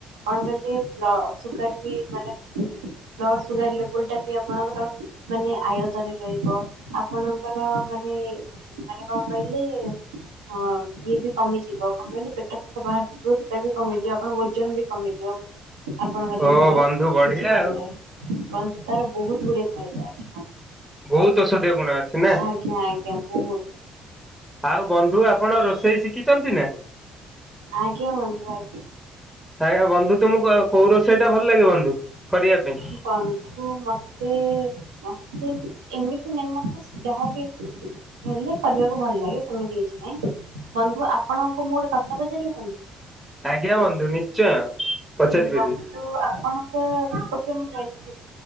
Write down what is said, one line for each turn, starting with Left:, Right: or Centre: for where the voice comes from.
Right: କଣ କହିଲେ ସୁଗାର ବି ମାନେ ବ୍ ସୁଗାର ଲେବଲା ବି ଆପଣଙ୍କର ମାନେ ଆୟତରେ ରହିବ ଆପଣଙ୍କର ମାନେ ମାନେ କଣ କହିଲେ ଇଏ ବି କମିଯିବ କଣ କହିଲେ ପେଟ ବାହାରିଥିବ ସେଟା ବି କମିଯିବ ଆପଣଙ୍କ ଓଜନ ବି କମିଯିବ। ଆପଣଙ୍କ
Centre: ଓ
Right: ଦେହର
Centre: ବନ୍ଧୁ ବଢିଆ
Right: ବୁଝିପାରିଲେ
Centre: ଆଉ।
Right: ବନ୍ଧୁ ତାର ବହୁତ ଗୁଡଏ ହେଇଯା ଅଛି
Centre: ବହୁତ ଔଷଧୀୟ ଗୁଣ ଅଛି ନା?
Right: ଆଜ୍ଞା ଆଜ୍ଞା ବହୁତ
Centre: ଆଉ ବନ୍ଧୁ ଆପଣ ରୋଷେଇ ଶିଖିଛନ୍ତି ନା
Right: ଆଜ୍ଞା ବନ୍ଧୁ ଆଜ୍ଞା।
Centre: ଆଜ୍ଞ ବନ୍ଧୁ ତମକୁ କୋଉ ରୋଷେଇ ଟା ଭଲ ଲାଗେ ବନ୍ଧୁ କରିବା ପାଇଁ
Right: ବନ୍ଧୁ ମତେ ମତେ ଏମିତି ନାଇ ମତେ ଯାହାବି ହେଲେ କରିବାକୁ ଭଲ ଲାଗେ କେମିତି କିଛି ନାହିଁ ବନ୍ଧୁ ଆପଣଙ୍କୁ ମୁଁ ଗୋଟେ କଥା ପଚାର ମୁଁ
Centre: ଆଜ୍ଞା ବନ୍ଧୁ ନିଶ୍ଚୟ। ପଚାରି ପାରିବି
Right: କହୁଥିଲି ଆପଣଙ୍କ ସେପଟରେ ମୁଁ ଯାଇଚି